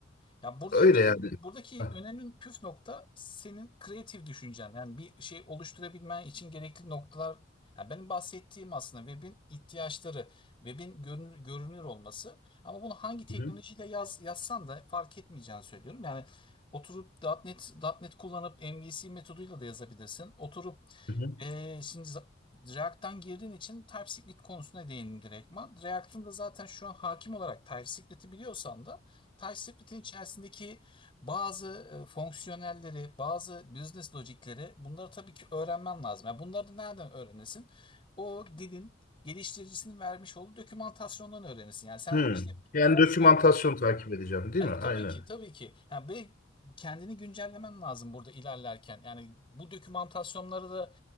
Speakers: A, on the left; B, on the left.
A: Ya burada
B: öyle
A: şimdi
B: yani.
A: buradaki
B: Hah,
A: önemli püf nokta senin kreatif düşüncen. Yani bir şey oluşturabilmen için gerekli noktalar. Yani benim bahsettiğim aslında webin ihtiyaçları, webin görünür, görünür olması. Ama bunu hangi teknolojiyle
B: Hı hı.
A: yaz, yazsan da fark etmeyeceğini söylüyorum. Yani oturup .nokta .NET, .nokta .NET kullanıp MVC metoduyla da yazabilirsin. Oturup
B: hı hı.
A: ee, şimdi za- React'tan girdiğin için TypeScript konusuna değindim direktman. React'ın da zaten şu an hakim olarak TypeScript'i biliyorsan da Touch Split'in içerisindeki bazı e, fonksiyonelleri, bazı business logikleri bunları tabii ki öğrenmen lazım. Yani bunları da nereden öğrenesin? O dilin geliştiricisinin vermiş olduğu dokümantasyondan öğrenesin. Yani sen
B: Hmm.
A: işte
B: Yani
A: fonksiyon...
B: dokümantasyon takip edeceğim değil
A: E,
B: mi? Aynen.
A: tabii ki, tabii ki. Yani be- kendini güncellemen lazım burada ilerlerken. Yani bu dokümantasyonları da